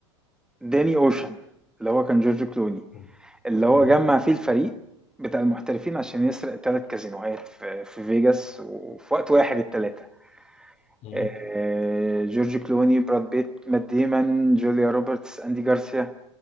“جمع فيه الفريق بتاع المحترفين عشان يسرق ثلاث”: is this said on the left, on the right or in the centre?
Centre